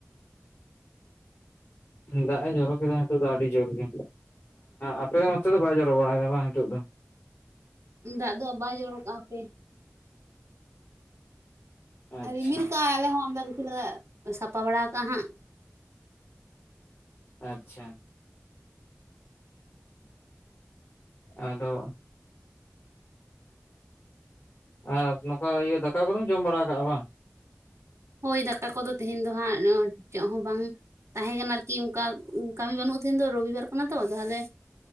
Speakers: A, on the left; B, on the right.
A: ᱫᱟᱜ ᱮ ᱡᱚᱨᱚ ᱠᱮᱫᱟ ᱱᱤᱛᱚᱜ ᱫᱚ ᱟᱹᱰᱤ ᱡᱳᱨ ᱜᱮ ᱟᱯᱮ ᱚᱱᱛᱮ ᱫᱚ ᱵᱟᱭ ᱡᱚᱨᱚ ᱵᱟᱲᱟᱭᱮᱫᱟ ᱵᱟᱝ ᱱᱤᱛᱚᱜ ᱫᱚ
B: ᱫᱟᱜ ᱫᱚ ᱵᱟᱭ ᱡᱚᱨᱚ ᱠᱟᱜᱼᱟ ᱦᱟᱯᱮ
A: ᱟᱪᱪᱷᱟ
B: ᱟᱨ ᱨᱤᱢᱤᱞ ᱠᱟᱜᱟᱭ ᱟᱞᱮ ᱦᱚᱸ ᱟᱢᱫᱟ ᱠᱤᱪᱷᱩ ᱥᱟᱯᱷᱟ ᱵᱟᱲᱟ ᱠᱟᱜᱼᱟ ᱦᱟᱸᱜ
A: ᱟᱪᱪᱷᱟ ᱟᱫᱚ ᱟᱨ ᱱᱚᱝᱠᱟ ᱤᱭᱟᱹ ᱫᱟᱠᱟ ᱠᱚᱫᱚᱢ ᱡᱚᱢ ᱵᱟᱲᱟ ᱠᱟᱜᱼᱟ ᱵᱟ
B: ᱦᱳᱭ ᱫᱟᱠᱟ ᱠᱚᱫᱚ ᱛᱮᱦᱮᱧ ᱫᱚ ᱦᱟᱸᱜ ᱪᱮᱫ ᱦᱚᱸ ᱵᱟᱝ ᱛᱟᱦᱮᱸ ᱠᱟᱱᱟ ᱟᱨᱠᱤ ᱚᱱᱠᱟ ᱠᱟᱹᱢᱤ ᱵᱟᱹᱱᱩᱜᱼᱟ ᱛᱚ ᱛᱮᱦᱮᱧ ᱫᱚ ᱨᱚᱵᱤᱵᱟᱨ ᱠᱟᱱᱟ ᱛᱚ ᱛᱟᱦᱞᱮ